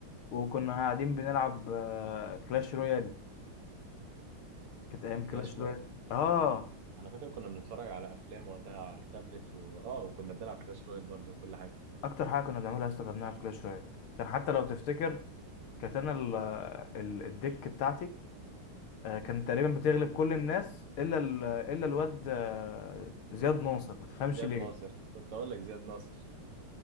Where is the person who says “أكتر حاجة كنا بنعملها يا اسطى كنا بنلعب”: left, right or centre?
Left